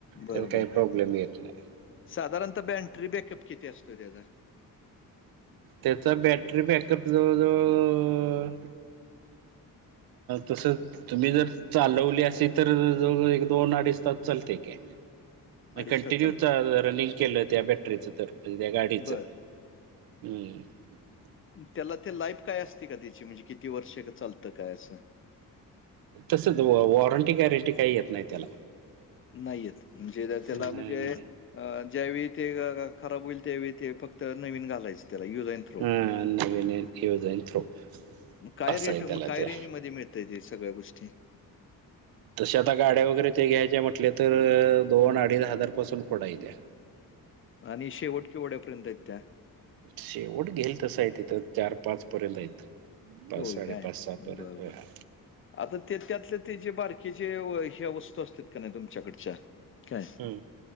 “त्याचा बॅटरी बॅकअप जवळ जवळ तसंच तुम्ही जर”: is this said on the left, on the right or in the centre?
Right